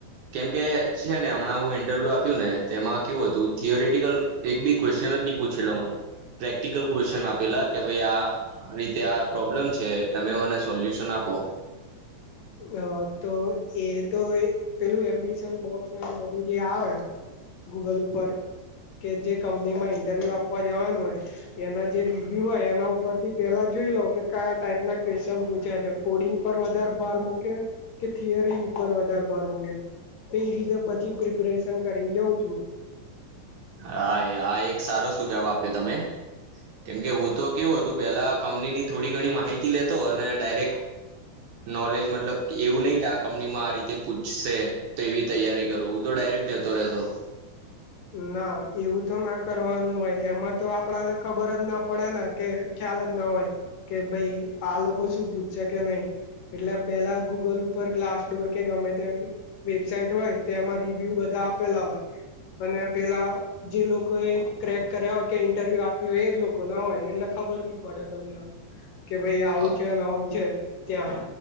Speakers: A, on the right; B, on the left.
A: કેમકે છે ને હમણાં હું ઇન્ટરવ્યુ આપ્યું ને તેમાં કેવું હતું થિયોરેટિકલ એક બી ક્વેશ્ચન <unintelligible> ની પૂછેલો મન પ્રેક્ટિકલ ક્વેશન આપેલા કે ભાઈ આ રીતે આ પ્રોબ્લેમ છે તમે મને સોલ્યુશન ના આપો.
B: હ તો એ તો પેલું એમ્બિશન બોક્સ બધું જે આવે. ગૂગલ ઉપર. કે જે કંપની માં ઇન્ટરવ્યુ આપવા જવાનું હોય એના જે રિવ્યુ હોય એના ઉપર થી પેલા જોઈ લો કે કયા ટાઈપ ના ક્વેશ્ચન પૂછ્યા છે કોડિંગ પર વધારે ભાર મૂક કે કે થિયરી ઉપર વધારે ભાર મુકે. તે એ રીતે પછી પ્રિપરેશન કરીને જાઉં છું.
A: હા એ આ એક સારો સુજાવ આપ જો તમે કેમકે હું તો કેવું હતું પેલા કંપની ની થોડી ઘણી માહિતી લેતો અને ડાયરેક્ટ નોલેજ મતલબ એવું નહી કે આ કંપનીમાં આ રીતે પૂછશે તેવી તૈયારી કરવું તો ડાયરેક્ટ જતો રહેતો
B: ના એવું તો ના કરવાનું હોય એમાં તો આપણા ને ખબર જ ના પડે ને કે ખ્યાલ જ ના હોય કે ભાઈ આ લોકો શું પૂછશે કે નહી એટલે પેલા ગૂગલ ઉપર ગ્લાસ ડોર કે ગમે તે વેબસાાઈટ હોય તે એમાં રિવ્યુ બધ તો આપેલા હોય. અને પેલા જે લોકોએ ક્રેક કર્યા હોય કે ઇન્ટરવ્યુ આપ્યું હોય એજ લોકો ના હોય એટલે ખબર ખબર બી પડે તમને. કે ભાઈ આવું
A: હા
B: છે અને આવું છે ત્યાં